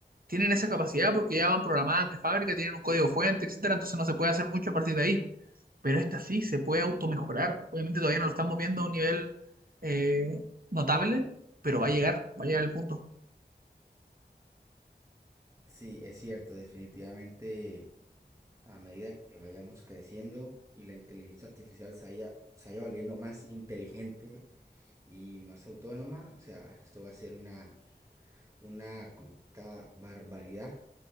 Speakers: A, on the right; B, on the right.
A: tienen esa capacidad porque ya van programadas de fábrica, tienen un código fuente, etcétera. Entonces no se puede hacer mucho a partir de ahí pero esta sí se puede automejorar. Obviamente todavía no lo estamos viendo a un nivel eh, notable, pero va a llegar, va a llegar el punto.
B: Sí, es cierto, definitivamente a medida que vayamos creciendo y la inteligencia artificial se vaya, se vaya volviendo más inteligente y más autónoma, o sea, esto va a ser una, una completa barbaridad